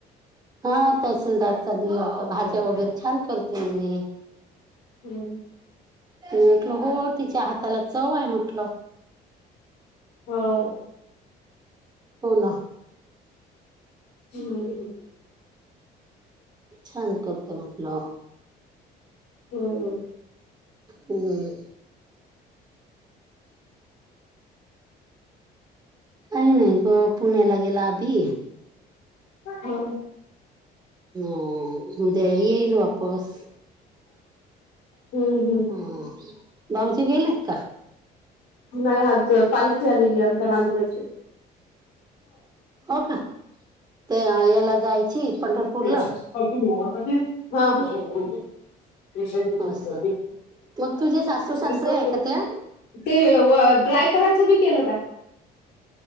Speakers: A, on the right (about 25°); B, on the left (about 75°).
A: हा तहसीलदारचा दिला होता भाज्या वगैरे छान करते म्हणे.
B: हम्म.
A: मी म्हटलं हो तिच्या हाताला चव आहे म्हटलं.
B: हाव
A: हो ना.
B: हम्म.
A: छान करतो म्हटलं.
B: हम्म.
A: हम्म. काय नाय हो पुण्यालागेला अभी
B: हो.
A: हो उद्या येईल वापस.
B: हम्म. हम्म
A: हा भाऊजी गेलेत का?
B: नाही आज पालखी आलेली आमच्या नांदोड्याची.
A: हो का ते आयाला जायची पंढरपूरला
B: हा. <unintelligible>
A: असं मग तुझे सासू सासरे आहे का त्या
B: ते व ड्राय करायचं बी केलं का?